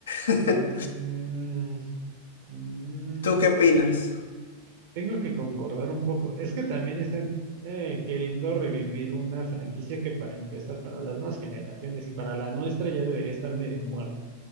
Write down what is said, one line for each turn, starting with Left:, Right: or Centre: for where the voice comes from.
Left: <laughs>
Right: mm, mm,
Left: ¿Tú qué
Right: si
Left: opinas?
Right: Tengo que concordar un poco. Es que también están eh, queriendo revivir una franquicia que para empezar, para las nuevas generaciones y para la nuestra ya debería estar medio muerta.